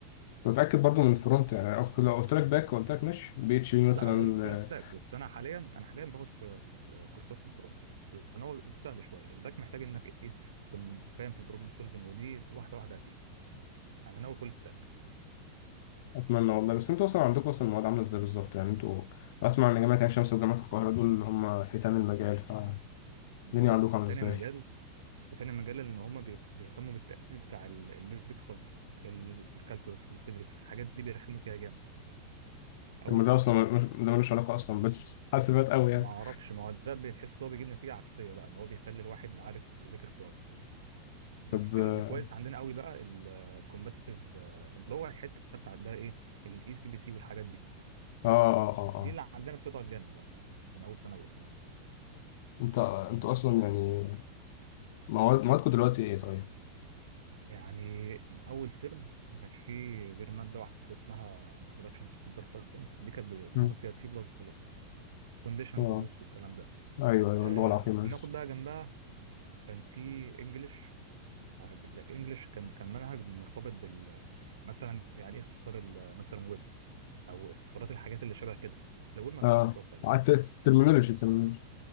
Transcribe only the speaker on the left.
متأكد برضو من الفرونت يعني أو لو قلت لك باك وقلت لك مش بي اتش بي
مثلا
آه،
أتمنى والله بس أنتوا أصلا عندكم أصلا المواد عاملة إزاي بالظبط يعني أنتوا أسمع إن جامعة عين شمس وجامعة القاهرة دول اللي هم حيتان المجال فالدنيا
عندكم عاملة
إزاي؟
طب
ده أصلا مش- ده ملوش علاقة أصلا بس حاسبات أوي يعني
طب آه
آه آه آه
آه.
أنت أنتوا أصلا يعني مواد موادكم دلوقتي إيه طيب؟
مم.
آه
أيوه أيوه
اللغة العقيمة
لسه
آه
الترمينولوجي الترمينولوجي